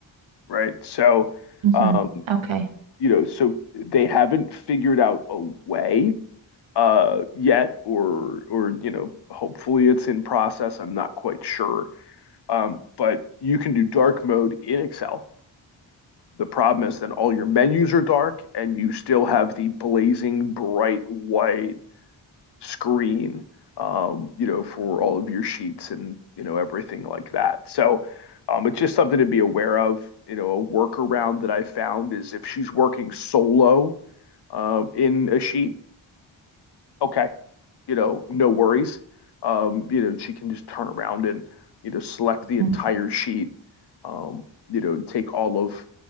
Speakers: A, on the left (about 55°); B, on the right (about 70°).
A: right? So,
B: hmm
A: um,
B: Okay.
A: you know, so they haven't figured out a way uh yet or or you know hopefully it's in process i'm not quite sure um but you can do dark mode in excel the problem is then all your menus are dark and you still have the blazing bright white screen, um, you know, for all of your sheets and, you know, everything like that. So um, it's just something to be aware of. You know, a workaround that I found is if she's working solo um, in a sheet, okay, you know, no worries. Um, you know, she can just turn around and, you know, select the entire
B: hmm
A: sheet, um, you know, and take all of,